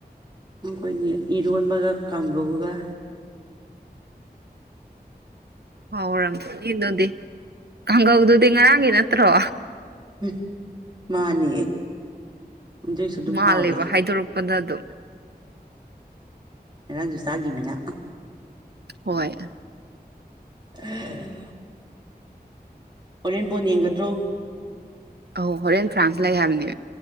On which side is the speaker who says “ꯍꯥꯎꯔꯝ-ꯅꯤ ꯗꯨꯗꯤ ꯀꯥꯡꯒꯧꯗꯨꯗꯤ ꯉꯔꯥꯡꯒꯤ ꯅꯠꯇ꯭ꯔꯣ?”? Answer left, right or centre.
Right